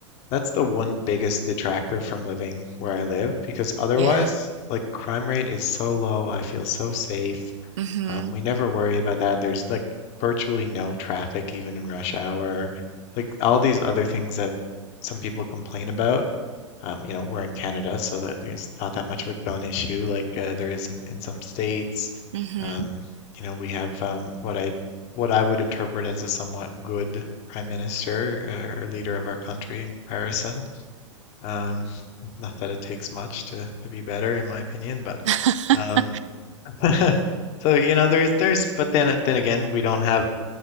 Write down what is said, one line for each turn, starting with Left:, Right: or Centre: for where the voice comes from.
Left: that's the one biggest detractor from living where I live, because otherwise,
Right: Yeah.
Left: like crime rate is so low. I feel so safe.
Right: hmm
Left: Um, we never worry about that. There's like virtually no traffic even in rush hour. Like all these other things that some people complain about Um, you know, we're in Canada, so that there's not that much of a gun issue like uh, there is in, in some states.
Right: hmm
Left: Um, you know, we have um, what I what I would interpret as a somewhat good prime minister uh, or leader of our country in comparison. Um, not that it takes much to, to be better, in my opinion, but
Right: <laughs>
Left: um, <laughs> so you know, there's there's, but then then again, we don't have